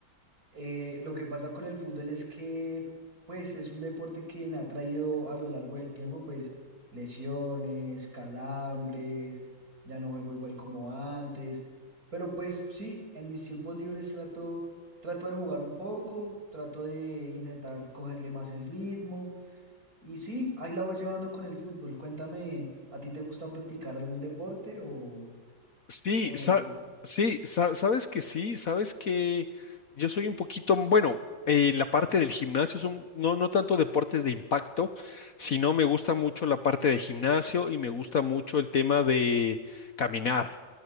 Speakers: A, on the right; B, on the left.
A: Eh, lo que pasa con el fútbol es que, pues, es un deporte que me ha traído a lo largo del tiempo, pues, lesiones, calambres, ya no juego igual como antes, pero pues sí, en mis tiempos libres trato, trato de jugar un poco, trato de intentar cogerle más el ritmo y sí, ahí la voy llevando con el fútbol. Cuéntame, ¿a ti te gusta practicar algún deporte o,
B: Sí,
A: o no
B: sa-
A: te gusta?
B: sí, sa- sabes que sí, sabes que yo soy un poquito, bueno, eh, la parte del gimnasio son no, no tanto deportes de impacto, sino me gusta mucho la parte de gimnasio y me gusta mucho el tema de caminar.